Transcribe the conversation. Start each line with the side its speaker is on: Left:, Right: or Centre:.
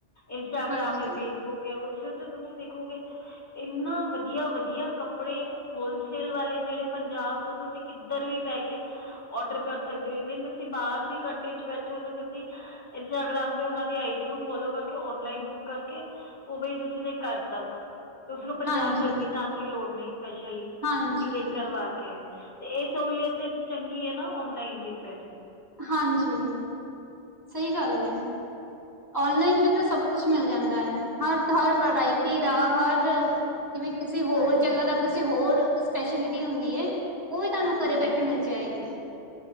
Left: ਇੰਸਟਾਗ੍ਰਾਮ
Right: ਹਾਂਜੀ
Left: ਹੈ। ਫੇਸਬੁੱਕ ਉਸਦੇ ਉੱਤੇ ਤੁਸੀਂ ਦੇਖੋਗੇ। ਇਨਾ ਵਧੀਆ-ਵਧੀਆ ਕੱਪੜੇ ਹੋਲਸੇਲ ਵਾਲੇ ਜਿਹੜੇ ਪੰਜਾਬ ਤੁਸੀਂ ਕਿੱਧਰ ਵੀ ਬਹਿ ਕੇ ਔਡਰ ਕਰ ਸਕਦੇ ਹੋ। ਵਨ ਤੁਸੀਂ ਬਾਹਰ ਵੀ ਕੰਟਰੀ ਚ ਬੈਠੇ ਹੋ। ਤਾਂ ਤੁਸੀਂ ਇੰਸਟਾਗ੍ਰਾਮ ਤੇ ਉਹ ਦੀ ਆਈ ਡੀ ਨੂੰ ਫੋਲੋ ਕਰਕੇ ਨਲਾਈਨ ਬੁੱਕ ਕਰਕੇ ਉਹ ਬਈ ਤੁਸੀਂ ਦੇ ਘਰ ਤੱਕ ਉਸਨੂੰ ਪੰਜਾਬ
Right: ਹਾਂਜੀ
Left: ਤੱਕ ਵੀ ਜਾਣ ਦੀ ਲੋੜ ਨਹੀਂ। ਸਪੈਸ਼ਲੀ
Right: ਹਾਂਜੀ
Left: ਟਿਕਟ ਕਰਵਾ ਕੇ ਤੇ, ਇਹ ਸਹੂਲੀਅਤ ਚੰਗੀ ਹੈ। ਨਾ ਔਨਲਾਈਨ ਦੀ ਫੇਰ
Right: ਹਾਂਜੀ। ਸਹੀ ਗੱਲ ਹੈ। ਔਨਲਾਈਨ ਚ ਤਾਂ ਸਭ ਕੁਛ ਮਿਲ ਜਾਂਦਾ। ਹਰ-ਹਰ ਵਰਾਇਟੀ ਦਾ ਹਰ ਜਿਵੇ ਕਿਸੇ ਹੋਰ
Left: ਹਾਂਜੀ
Right: ਜਗ੍ਹਾ ਦਾ ਹੋਰ ਸਪੈਸ਼ਲਟੀ ਹੁੰਦੀ ਹੈ। ਉਹ ਵੀ ਤੁਹਾਨੂੰ
Left: ਹਾਂਜੀ
Right: ਘਰੇ ਬੈਠੇ ਮਿਲ ਜਾਏਗੀ